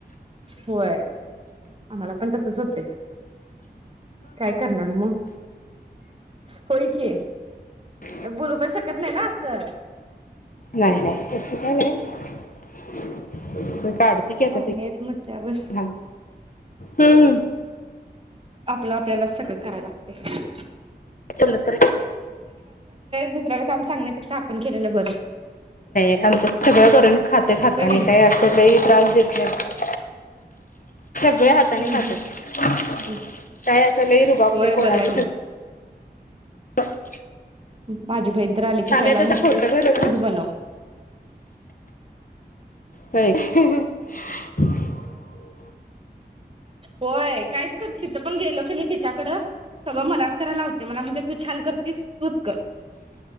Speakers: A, on the right; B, on the left.
A: होय आम्हाला मला पण तसंच होतय काय करणार मग? होय की
B: <unintelligible>
A: बोलू पण शकत नाही ना असं
B: नाही नाही तस काही नाही <unintelligible> काढते की आता
A: पाहुणे
B: ती
A: आहेत म्हटल्यावर
B: घाण हम्म
A: आपलं आपल्यालाच सगळ करायला लागतय
B: <unintelligible> <unintelligible> नाही
A: दुसऱ्याला काम सांगण्यापेक्षा आपण केलेलं बरं
B: आमच्यात सगळ करून खातात हातानी
A: होय की नाही
B: लय असा त्रास देत नाही ते हातानी
A: हम्म
B: खातात
A: हम्म हम्म
B: काही अस लइ रुबाब
A: होय
B: नाही कोणाच
A: बरं आहे
B: <unintelligible>
A: भाजी झईल त्र आले की
B: आम्ही
A: पहिला
B: तसं
A: म्हणते
B: छोटं घर होत
A: तूच
B: ना.
A: बनव
B: होय <unintelligible>
A: होय काय तिथं पण गेलो क नई तिच्याकड, सगळं मलाच करायला लावते तू छान करतेस तूच कर.